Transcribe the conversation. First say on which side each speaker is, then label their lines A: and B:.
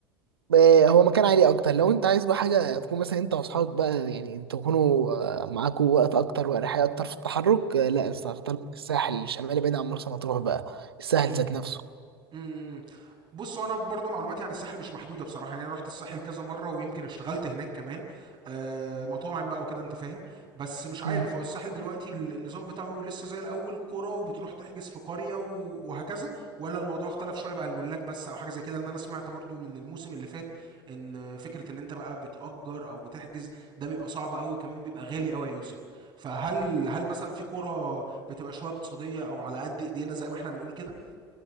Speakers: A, on the right; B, on the right.
A: آه، هو مكان عالي اكتر لو انت عايز بقى حاجه تكون مثلا انت واصحابك بقى يعني تكونوا آه، معاكوا وقت اكتر واريحيه اكتر في التحرك آه، لا بس هختار الساحل الشمالي بعيد عن مرسى مطروح بقى الساحل
B: امم
A: ذات نفسه
B: امم، امم. بص هو انا برضو معلوماتي عن الساحل مش محدوده بصراحه يعني انا رحت الساحل كذا مره ويمكن اشتغلت هناك كمان آه مطاعم بقى وكده انت فاهم بس مش عارف
A: مم.
B: هو الساحل دلوقتي ال- النظام بتاعه لسه زي الاول قرى وبتروح تحجز في قريه و- وهكذا ولا الموضوع اختلف شويه بقى الملاك بس او حاجه زي كده لان انا سمعت برضو من الموسم اللي فات ان فكره ان انت بقى بتأجر او بتحجز ده بيبقى صعب قوي وكمان بيبقى غالي قوي يا يوسف فهل هل مثلا في قرى بتبقى شويه اقتصاديه او على قد ايدينا زي ما احنا بنقول كده